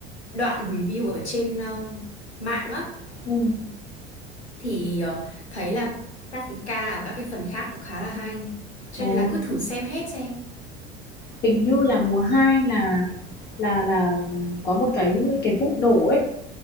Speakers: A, on the left (about 80°); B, on the left (about 30°).
A: đoạn review ở trên uh, mạng á
B: ừ.
A: thì ờ, thấy là các cái ca ở các cái phần khác cũng khá là hay cho
B: ồ
A: nên là cứ thử xem hết xem
B: hình như là mùa 2 là là là có một cái cái vụ nổ ấy